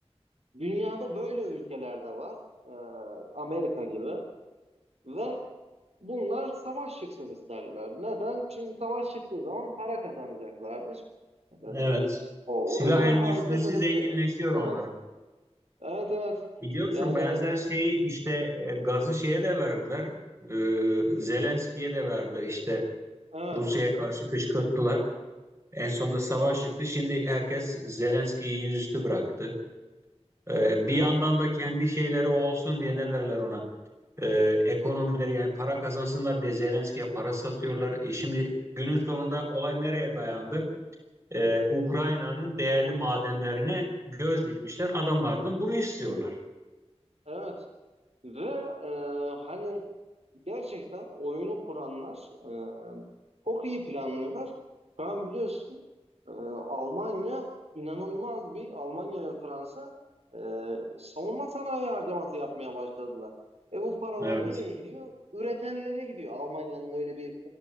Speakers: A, on the right; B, on the right.
A: Dünyada böyle ülkeler de var. Ee, Amerika gibi. Ve bunlar savaş çıksın isterler. Neden? Çünkü savaş çıktığı zaman para kazanacaklardır. Ee,
B: Evet.
A: o,
B: Silah
A: o yüzden
B: endüstrisi
A: maalesef böyle
B: zenginleşiyor
A: bir şey var.
B: onların.
A: Evet. Evet evet.
B: Biliyorsun
A: Yani
B: benzer şeyi işte e, gazı şeye de verdiler. e, Zelenski'ye de verdi işte
A: evet.
B: Rusya'ya karşı kışkırttılar. En sonunda savaş çıktı. Şimdi herkes Zelenski'yi yüzüstü bıraktı. E,
A: Ve
B: bir yandan da kendi şeyleri olsun diye ne derler ona? E, ekonomileri yani para kazansınlar diye Zelenski'ye para satıyorlar. E şimdi günün sonunda olay nereye dayandı? e, Ukrayna'nın değerli madenlerine göz dikmişler. Adamlardan bunu istiyorlar.
A: evet. Ve e, hani gerçekten oyunu kuranlar e, çok iyi planlıyorlar. Şu an biliyorsun Ee, Almanya inanılmaz bir Almanya ve Fransa e, savunma sanayi harcaması yapmaya başladılar. E bu paralar
B: Evet.
A: nereye gidiyor? Üretenlere gidiyor. Almanya'nın öyle bir